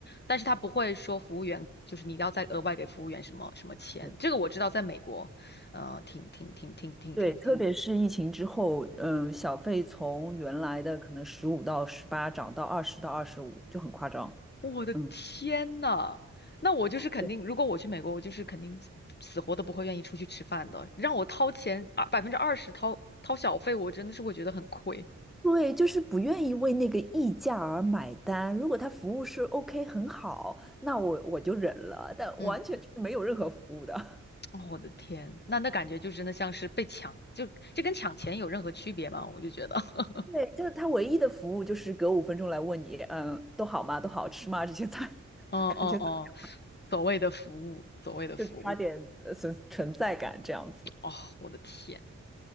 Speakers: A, on the left; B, in the centre.
A: 但是它不会说服务员就是你要再额外给服务员什么什么钱。
B: 对，
A: 这个我知道，在美国，呃，挺挺挺挺挺挺挺，
B: 对，特别是疫情之后，嗯，小费从原来的可能十五到十八涨到二十到二十五，就很夸张，
A: 我的天呐，
B: 嗯。
A: 那我就是肯定，
B: 对。
A: 如果我去美国，我就是肯定死活都不会愿意出去吃饭的，让我掏钱啊百分之二十掏掏小费，我真的是会觉得很亏。
B: 对，就是不愿意为那个溢价而买单。如果他服务是 OK 很好，那我我就忍了，但完全是没有任何服务的。
A: 嗯。
B: <laughs>
A: 哦，我的天，那那感觉就真的像是被抢，就这跟抢钱有任何区别吗？我就觉得，<laughs>
B: 对，就是他唯一的服务就是隔五分钟来问你，嗯，都好吗？都好吃吗？这些菜
A: 哦哦哦，
B: <laughs> 感觉怎么样？
A: 所谓的服务，所谓的服务，
B: 就刷点呃存存在感这样子。
A: 哦，我的天。